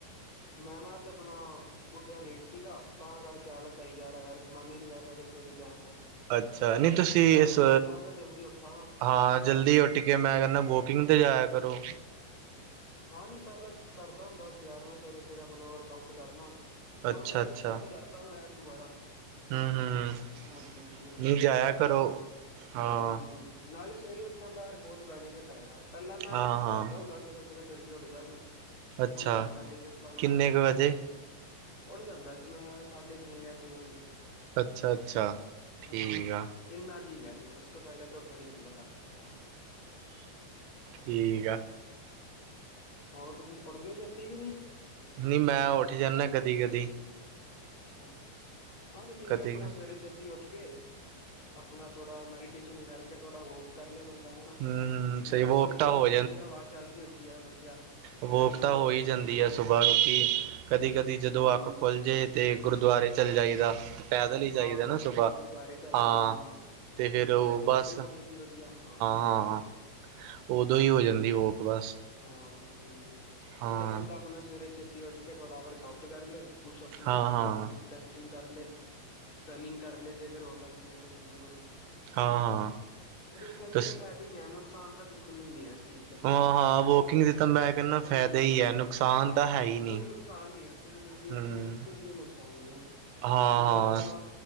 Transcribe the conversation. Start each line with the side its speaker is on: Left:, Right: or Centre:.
Left: ਮੈਂ ਨਾ ਅੱਜ ਆਪਣਾ ਉੱਠਿਆ ਲੇਟ ਸੀਗਾ ਤਾਂ ਕਰਕੇ ਅਲਾਸ ਆ ਜਾ ਰਿਹਾ ਯਾਰ ਮਨ ਹੀ ਨਹੀਂ ਕਰ ਰਿਹਾ ਕਿੱਥੇ ਵੀ ਜਾਣ ਦਾ।
Right: ਅੱਛਾ, ਨਹੀਂ ਤੁਸੀਂ
Left: ਕੱਲ
Right: ਇਸ,
Left: ਤੋਂ ਦੇਖਾਂਗਾ ਜਲਦੀ ਉੱਠਾਂਗਾ
Right: ਹਾਂ ਜਲਦੀ ਉੱਠ ਕੇ ਮੈਂ ਕਹਿੰਦਾ ਵੋਕਿੰਗ ਤੇ ਜਾਇਆ ਕਰੋ।
Left: ਹਾਂ ਨੀ ਪਹਿਲਾਂ ਕਰਦਾ ਹੁੰਦਾ ਸੀ ਯਾਰ ਮੈਂ ਸਵੇਰੇ ਸਵੇਰੇ ਆਪਣਾ ਵਰਕ ਆਊਟ ਕਰਨਾ।
Right: ਅੱਛਾ
Left: ਹੁਣ ਮੈਂ ਫਿਰ
Right: ਅੱਛਾ
Left: ਸਟਾਰਟ ਕਰਦਾਗਾ ਯਾਰ ਦੁਬਾਰਾ
Right: ਹੂੰ ਹੂੰ
Left: ਹਾਂਜੀ- ਹਾਂਜੀ, ਹੁਣ ਸਵੇਰੇ
Right: ਨਹੀਂ
Left: ਉੱਠ ਜਾਇਆ
Right: ਕਰੋ
Left: ਕਰਾਂਗਾ।
Right: ਹਾਂ
Left: ਹਾਂਜੀ-ਹਾਂਜੀ ਨਾਲੇ ਸਵੇਰੇ ਉੱਠਣ ਦਾ ਯਾਰ ਬਹੁਤ ਬੈਨੀਫਿਟ ਹੈ ਯਾਰ, ਪਹਿਲਾਂ ਮੈਂ
Right: ਹਾਂ ਹਾਂ
Left: ਕਰਦਾ ਹੁੰਦਾ ਸੀਗਾ ਸਵੇਰੇ ਜਲਦੀ ਉਡਦਾ ਸੀ।
Right: ਅੱਛਾ
Left: ਹੁਣ ਯਾਰ ਛੱਡ ਹੀ ਦਿੱਤਾ ਮੈਂ
Right: ਕਿੰਨੇ
Left: ਉਠਣਾ,
Right: ਕੁ ਵਜੇ
Left: ਉਠ ਜਾਂਦਾ ਸੀ ਮੈਂ ਸਾਢੇ ਛੇ ਜਾਂ ਛੇ ਵਜੇ,
Right: ਅੱਛਾ ਅੱਛਾ ਠੀਕ
Left: ਹਾਂ।
Right: ਆ
Left: ਇੰਨਾ ਠੀਕ ਹੈ, ਉਸ ਤੋਂ ਪਹਿਲਾ ਤਾਂ ਉਠਿਆ ਨਹੀ ਜਾਂਦਾ ਸਾਡੇ ਕੋਲ ਬਰ
Right: ਠੀਕ ਆ।
Left: ਹੋਰ ਤੁਸੀ ਉੱਠਦੇ ਹੋ ਛੇਤੀ ਕਿ ਨਹੀ?
Right: ਨਹੀਂ ਮੈਂ ਉੱਠ ਜਾਂਦਾ ਕਦੀ ਕਦੀ
Left: ਅੱਛਾ, ਹਾਂ ਨੀ ਠੀਕ
Right: ਕਦੀ
Left: ਹੈ ਆਪਣਾ
Right: ਹਮ
Left: ਸਵੇਰੇ ਛੇਤੀ ਛੇਤੀ ਉਠ ਕੇ, ਆਪਣਾ ਥੋੜਾ ਮੈਡੀਟੇਸ਼ਨ ਕਰਕੇ ਥੋੜਾ ਉਹ ਕਰਲੇ ਬੰਦਾ ਹਨਾ,
Right: ਹਮ
Left: ਨਾਲੇ
Right: ਸਹੀ
Left: ਸਵੇਰੇ-ਸਵੇਰੇ
Right: ਵੋਕ ਤਾਂ ਹੋ
Left: ਠੰਡੀ ਹਵਾ ਚੱਲ ਰਹੀ ਹੁਦੀ ਹੈ, ਵਧੀਆ।
Right: ਵਾਕ
Left: ਫਰੈਸ਼ ਏਅਰ
Right: ਤਾਂ ਹੋ
Left: ਹੁੰਦੀ
Right: ਹੀ ਜਾਂਦੀ
Left: ਆ ਵਧੀਆ
Right: ਹੈ ਸੁਬਾਹ ਉੱਠ ਕੇ ਕਦੀ-ਕਦੀ
Left: ਹਮ
Right: ਜਦੋਂ ਅੱਖ ਖੁਲ ਜੇ ਤੇ ਗੁਰਦੁਆਰੇ ਚਲੇ ਜਾਈਦਾ ਪੈਦਲ ਹੀ
Left: ਹਾਂ,
Right: ਜਾਈਦਾ
Left: ਆਪਣਾ
Right: ਨਾ
Left: ਸਵੇਰੇ
Right: ਸੁਬਾਹ
Left: ਗੁਰਦੁਆਰੇ ਚੱਲ
Right: ਹਾਂ
Left: ਜੇ ਬੰਦਾ।
Right: ਤੇ ਫਿਰ ਉਹ
Left: ਨਾਲੇ ਵੋਕ
Right: ਬਸ
Left: ਵੀ ਹੋਜੂਗੀ
Right: ਹਾਂ
Left: ਵਧੀਆ ਹਾਂ ਅਸੀ
Right: ਹਾਂ
Left: ਗੱਲ ਹੈ
Right: ਉਦੋਂ ਹੀ ਹੋ
Left: ਤੇ
Right: ਜਾਂਦੀ ਵੋਕ ਬਸ
Left: ਹਾਂ, ਹਾਂਜੀ- ਹਾਂਜੀ,
Right: ਹਾਂ
Left: ਤੇ ਬੰਦਾ ਆਪਣਾ ਸਵੇਰੇ ਛੇਤੀ ਉੱਠ ਕੇ ਥੋੜਾ ਵਰਕ ਆਊਟ ਕਰ ਲਏ। ਪੁਸ਼ ਅਪਸ
Right: ਹਾਂ
Left: ਮਾਰ ਲਏ
Right: ਹਾਂ
Left: ਥੋੜ੍ਹੀ ਸਟਰੈਚਿਗ ਕਰ ਲਏ ਰਨਿਗ ਕਰ ਲਏ, ਜੇਕਰ ਹੋ ਸਕਦੀ ਹੈ ਤੇ ਬੰਦੇ ਕੋਲੋਂ,
Right: ਹਾਂ ਹਾਂ
Left: ਦੇਖਿਆ ਜੇ
Right: ਤੁਸ
Left: ਤਾਂ ਫਾਇਦਾ ਹੀ ਹੈ, ਨੁਕਸਾਨ ਤਾਂ ਬਿਲਕੁਲ ਵੀ ਨੀ ਹੈ। ਚੀਜ਼ ਦੇ,
Right: ਹਾਂ ਹਾਂ ਵੋਕਿੰਗ ਦੇ ਤਾਂ
Left: ਹਾਂ
Right: ਮੈਂ ਕਹਿੰਦਾ
Left: ਕੋਈ,
Right: ਫਾਇਦਾ ਹੀ ਹੈ ਨੁਕਸਾਨ
Left: ਹਾਂ
Right: ਤਾਂ ਹੈ ਹੀ
Left: ਕੋਈ
Right: ਨਹੀਂ
Left: ਨੁਕਸਾਨ ਨਹੀ ਅ ਸਵੇਰੇ ਜਲਦੀ
Right: ਹਮ
Left: ਉਠਣ ਤੇ ਕੁੱਝ ਵੀ ਨੁਕਸਾਨ ਨੀ ਹੈ।
Right: ਹਾਂ-
Left: ਨਾਲੇ
Right: ਹਾਂ-
Left: ਆਪਣਾ